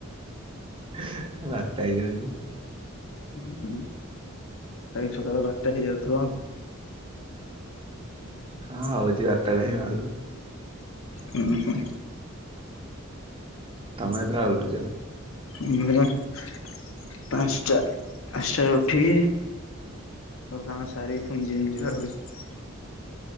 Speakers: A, on the right; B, on the left.
A: ଆଉ ବାରଟା ହେଇଯାଉଛି।
B: ହୁଁ ହୁଁ ପ୍ର ସକାଳ ବାରଟା ହେଇଯାଉଥିବ ଆଉ।
A: ହଁ ହଉଛି ବାରଟା ଟାଇମ୍ ଆଉ।
B: ହୁଁ ହୁଁ।
A: ତମେ କେତେଟରେ ଉଠୁଛ।
B: ମୁଁ <inaudible> ପାନ୍ସ ଷ୍ଟା ପାଞ୍ଚଟା ରେ ଉଠି କି ସବୁ କାମ ସାରି। ପୁଣି ଜିମ ଯିବାର ଅଛି।